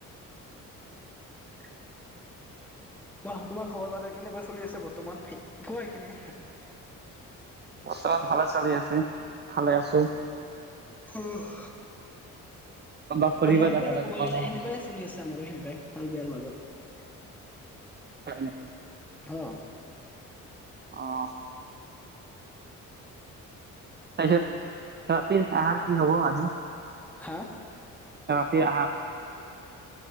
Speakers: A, on the right; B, in the centre.
A: <unintelligible>
B: অ তোমাৰ খবৰ বাতৰা কেনেকুৱা চলি আছে। বৰ্তমান কোৱা এইখিনি
A: বৰ্তমান ভালে চালি আছে। ভালে আছো।
B: হা <inaudible>
A: ক'ৰবাত ফুৰিব
B: আমাৰতো
A: যাব
B: আৰু
A: লাগিব
B: ক'ব
A: গৰমৰ
B: গ'লে
A: বন্ধত
B: সেনেকুৱাই চলি আছে আমাৰো সেনেকুৱাই ভাল বেয়াৰ মাজত।
A: হয় নেকি।
B: অঁ'।
A: অ'। তাৰপিছত ৰাতিৰ আহাৰ কি হ'ব আজি?
B: হা।
A: তে আহাৰ।